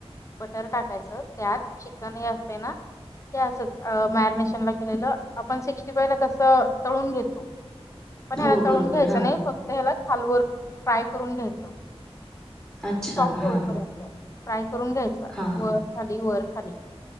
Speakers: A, on the left; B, in the centre.
A: बटर टाकायचं त्यात चिकन हे असते ना क असंच मॅरिनेशन ला केलेलं आपण सिक्स्टीफाय ला कस तळून घेतो पण ह्याला
B: हो बरोबर
A: तळून घ्यायचं
B: हा
A: नाही फक्त त्या ह्याला खालवर फ्राय करून घ्यायच.
B: अच्छा
A: सॉफ्ट होपर्यंत.
B: हा
A: फ्राय करून घ्यायच.
B: हा.
A: वर खाली.